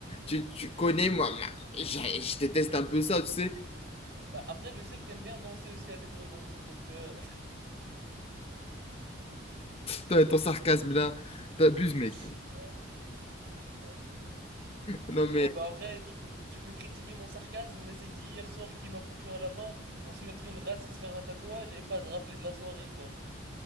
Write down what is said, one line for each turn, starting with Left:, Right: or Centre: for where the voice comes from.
Left: Tu, tu connais, moi, ma- je, je déteste un peu ça, tu sais?
Right: Bah, après, je sais que t'aimes bien danser aussi avec le ventre, donc. euh,
Left: Ton, ton sarcasme, là, t'abuses, mec.
Right: <laughs> hein. Ah, bah, écoute.
Left: Non, mais...
Right: Ouais, bah, après, tu peux, tu peux critiquer mon sarcasme, mais c'est qui hier soir qui m'a foutu un lapin pour se mettre une race et se faire un tatouage et pas se rappeler de la soirée, quoi?